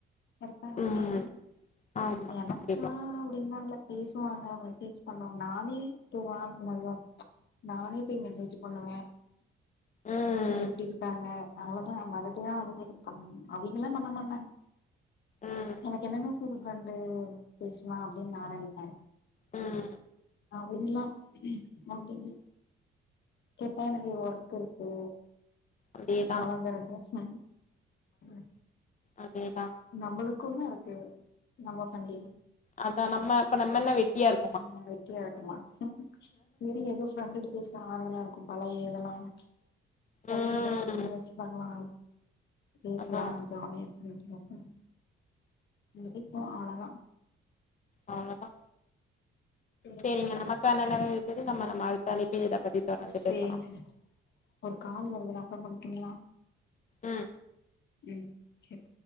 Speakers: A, on the left; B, on the left.
A: இருக்க
B: உம்
A: பேஜ
B: ஆமா
A: எனக்குலா
B: கண்டிப்பா
A: அப்டிலா இல்ல பேசுவாங்க மசேஜ் பண்ணோ நானே <unintelligible> நானே போய் மெசேஜ் பண்ணுவ
B: உம்
A: சேரி எப்டி இருக்காங்க. அவ்ளவுதா மறுபடில்லா அவளுங்கள்ளா பண்ணு அவங்கல்லா பண்ண மாட்டாங்க
B: உம்
A: எனக்கு என்னன்னு புது ஃப்ரெண்டு பேசுன்னு அப்டின்னு நா நினைப்ப
B: ம்
A: அவளுகள்ளா அப்டி இல்ல கேட்ட எனக்கு ஒர்க் இருக்கு
B: அதேதான்
A: கொழந்த இருக்கு சொல்லி <unintelligible>
B: அதேதா
A: நம்மளுக்கும் தா இருக்கு நம்ம பண்ணுலயா
B: அதா நம்ம நம்ம என்ன வெட்டியா இருக்
A: நம்ம என்ன வெட்டியா இருக்கோமா சரி ஏதோ ஃப்ரெண்டுட்டு பேச ஆறுதல்லா இருக்கும் பழய இதெல்லா ச்சு பழய
B: உம்
A: இதெல்லா ஞாபக வச்சு பண்லா பேசலா
B: அதான்
A: ஜாலிய இரு <unintelligible> சிரிப்போ அவுலதா
B: அவ்வளதா
A: பேசுனா
B: சரிங்க
A: பேசலா
B: நமக்கன்னா
A: இல்லனா
B: நேர இருக்குது நம்ம நம்ம அடுத்த அழைப்பின் இத பத்தி தொடர்ந்து
A: சேரிங்க
B: பேசலா
A: சிஸ்டர் ஒரு கால் வருது நா அப்பர பண்ணுட்டுங்களா
B: ம்
A: ம் சரி